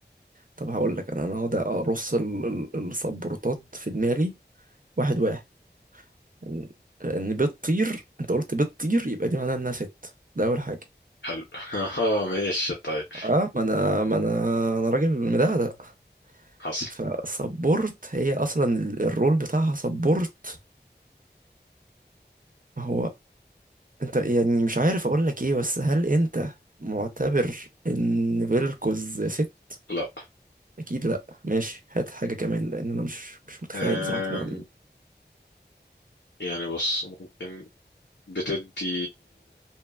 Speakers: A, on the right; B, on the left.
A: طب هقول لك انا انا هقعد ارص ال- ال- السبورتات في دماغي واحد واحد ان إن بتطير انت قلت بتطير يبقى دي معناها انها ست ده اول حاجه
B: حلو <laughs> آه ماشي طيب
A: اه ما انا ما انا انا راجل مدقدق
B: حصل
A: فسبورت هي اصلا ال- الرول بتاعها سبورت ما هو انت يعني مش عارف اقول لك ايه بس هل انت معتبر ان فيلكوز ست
B: لا
A: اكيد لا ماشي هات حاجه كمان لان انا مش مش متخيل
B: آم،
A: بصراحه تلعب مين
B: يعني بص ممكن بتدي